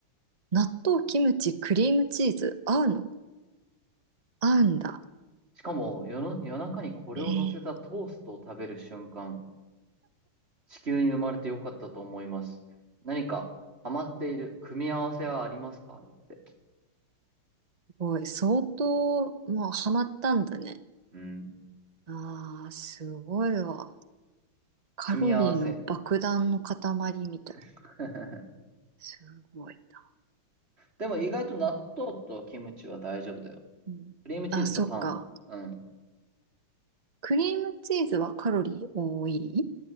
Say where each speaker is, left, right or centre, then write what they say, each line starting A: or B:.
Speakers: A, on the right; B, on the right.
A: 納豆、キムチ、クリームチーズ、合うの合うんだ。
B: しかも、夜の、夜中にこれを乗せたトーストを食べる瞬間、
A: えー、す
B: 地球に生まれてよかったと思います。何かハマっている組み合わせはありますかだって。
A: ごい。相当、もうハマったんだね。
B: うん。
A: ああ、すごいわ。カロリーの爆弾の塊みたい。
B: 組み合わせ。
A: な
B: <laughs>
A: すごいな。
B: でも意外と納豆とキムチは大丈夫だよ。
A: うん。
B: クリームチーズとパン。
A: あ、そっか。
B: うん。
A: クリームチーズはカロリー多い